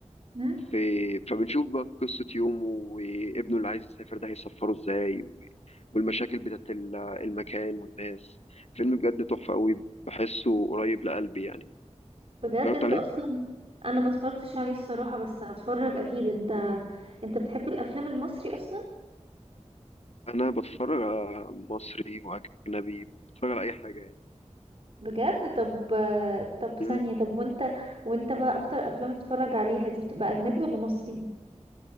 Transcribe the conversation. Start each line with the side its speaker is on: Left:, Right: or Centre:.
Right: امم
Left: في... فبنشوف بقى قصة يومه وابنه اللي عايز يسافر ده هيسفره ازاي والمشاكل بتاعت ال- المكان والناس فيلم بجد تحفة قوي بحسه قريب لقلبي يعني
Right: بجد
Left: اتفرجت
Right: انت
Left: عليه
Right: اصلا انا ما اتفرجتش عليه الصراحة بس هتفرج اكيد انت انت بتحب الافلام المصري اصلا
Left: انا بتفرج على مصري واجنبي بتفرج على اي حاجة يعني
Right: بجد طب طب ثانية
Left: مم.
Right: طب وانت وانت بقى اكتر افلام تتفرج عليها دي بتبقى اجنبي ولا مصري